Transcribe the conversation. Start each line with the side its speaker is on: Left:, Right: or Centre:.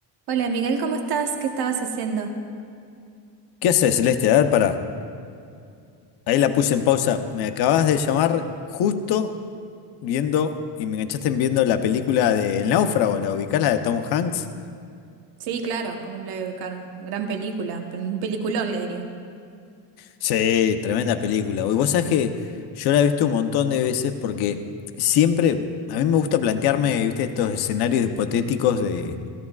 Right: Hola Miguel, ¿cómo estás? ¿Qué estabas haciendo?
Left: ¿Qué haces, Celeste? A ver, para. Ahí la puse en pausa. Me acabas de llamar justo viendo y me enganchaste en viendo la película de El Náufrago, la ubicás, la de Tom Hanks.
Right: Sí, claro, cómo no la voy a ubicar, gran película, pe- un peliculón le diría.
Left: Sí, tremenda película. Y vos sabés que yo la he visto un montón de veces porque siempre a mí me gusta plantearme, viste, estos escenarios hipotéticos de,